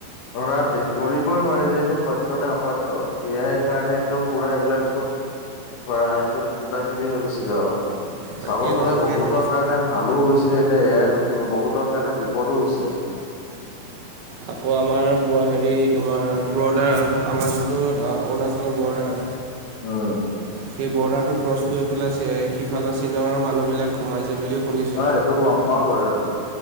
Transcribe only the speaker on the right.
তাকেইতো
তাকেইতো
আকৌ আমাৰ হেৰি তোমাৰ বৰডাৰ আমাৰ যোনটো অৰুণাচলৰ বৰডাৰ।
সেই বৰ্ডাৰটো ক্ৰছ কৰি পেলাই সিফালৰ চীনৰ মানুহবিলাক সোমাইছে বুলিও শুনিছোঁ